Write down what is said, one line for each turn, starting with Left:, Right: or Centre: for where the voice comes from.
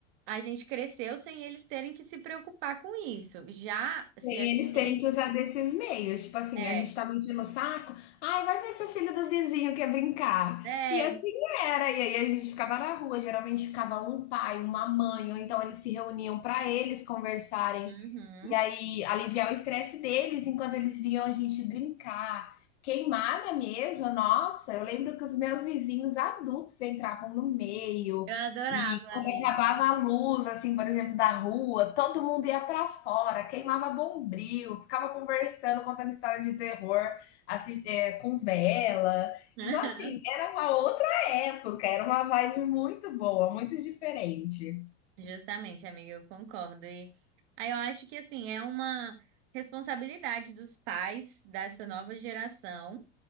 Right: a gente cresceu sem eles terem que se preocupar com isso. Já se
Left: E
Right: a
Left: eles terem
Right: gente
Left: que usar desses meios. Tipo assim,
Right: é,
Left: a gente tava enchendo o saco. Ai, vai ver seu filho do vizinho quer brincar.
Right: é,
Left: E assim era. E aí a gente ficava na rua. Geralmente ficava um pai, uma mãe, ou então eles se reuniam para eles conversarem.
Right: uhum.
Left: E aí aliviar o estresse deles enquanto eles viam a gente brincar. Queimada mesmo, nossa, eu lembro que os meus vizinhos adultos entravam no meio,
Right: Eu adorava,
Left: e quando
Right: amiga.
Left: acabava a luz, assim, por exemplo, da rua, todo mundo ia para fora, queimava bombril, ficava conversando, contando história de terror, assim, eh, com vela.
Right: <laughs>
Left: Então, assim, era uma outra época, era uma vibe muito boa, muito diferente.
Right: Justamente, amiga, eu concordo. E aí eu acho que assim, é uma responsabilidade dos pais dessa nova geração